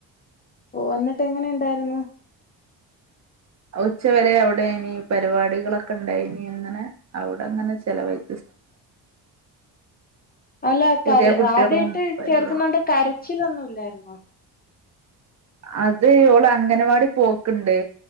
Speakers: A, on the left; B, on the right.
A: ഓ എന്നിട്ട് എങ്ങനെണ്ടായിരുന്നു?
B: ഉച്ച വരെ അവിട് ന് പരിപാടികളൊക് ണ്ടായിന് അങ്ങനെ അവിടെ അങ്ങനെ ചെലവായി
A: അല്ല
B: പുതിയ
A: കര
B: കുട്ടികളും
A: ആദ്യായിട്ട്
B: പരിപാടി
A: ചേർക്കുന്നോണ്ട് കരച്ചിലൊന്നുല്ലായി ന്നോ
B: അത് ഓള് അംഗനവാടി പോക്ക്ണ്ട്